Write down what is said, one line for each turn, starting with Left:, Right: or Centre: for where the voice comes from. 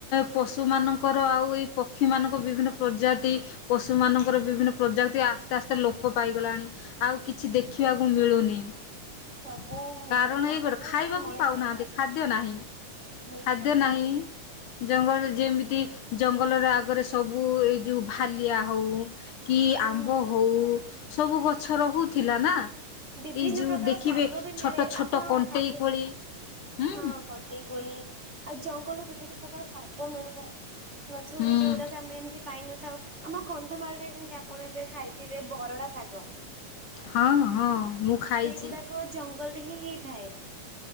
Left: ପଶୁ ମାନଙ୍କର ଆଉ ଏଇ ପକ୍ଷୀ ମନଙ୍କ ବିଭିନ୍ନ ପ୍ରଜାତି ପଶୁ ମାନଙ୍କର ବିଭିନ୍ନ ପ୍ରଜାତି ଆସ୍ତେ ଆସ୍ତେ ଲୋପ ପାଇ ଗଲାଣି ଆଉ
Right: ନିହାତି।
Left: କିଛି ଦେଖିବାକୁ ମିଳୁନି। <inaudible>
Right: ସବୁ ମଣିଷ
Left: କାରଣ ଏଇ
Right: ଆମ
Left: ଗୋଟେ ଖାଇବାକୁ
Right: ଏ ମଣିଷ
Left: ପାଉନାହାନ୍ତି।
Right: ସମାଜ
Left: ଖାଦ୍ୟ
Right: ପାଇଁ
Left: ନାହିଁ
Right: ନିହାତି।
Left: ଖାଦ୍ୟ ନାହିଁ। ଜଙ୍ଗଲ ଯେମିତି ଜଙ୍ଗଲରେ ଆଗରେ ସବୁ ଏଇ ଯୋଉ ଭାଲିଆ ହଉ। କି
Right: ହୁଁ
Left: ଆମ୍ବ ହଉ। ସବୁ ଗଛ ରହୁଥିଲା ନା।
Right: ବିଭିନ୍ନ
Left: ଏଇ ଯୋଉ
Right: ପ୍ରକାର
Left: ଦେଖିବେ
Right: ଶାଗ ବି
Left: ଛୋଟ
Right: ମିଳେ
Left: ଛୋଟ
Right: ଆପଣ
Left: କଣ୍ଟେଇ
Right: ଖାଇଥିବେ।
Left: କୋଳି ହୁଁ
Right: ହଁ କଣ୍ଟେଇ କୋଳି ଆଉ ଜଙ୍ଗଲ ବିଭିନ୍ନ ପ୍ରକାର ଶାଗ ମିଳିଥାଏ ଗଛ
Left: ହୁଁ।
Right: ଗୁଡେ ଯଉଗୁଡାକ ଆମେ ଏମତି ପାଇନଥାଉ। ଆମ କନ୍ଧମାଳରେ ଯେମତି ଆପଣ ଏବେ ଖାଇଥିବେ ବରଡା ଶାଗ।
Left: ହଁ। ହଁ ମୁଁ ଖାଇଚି।
Right: ସେଇଗୁଡାକ ଜଙ୍ଗଲରେ ହିଁ ହେଇଥାଏ।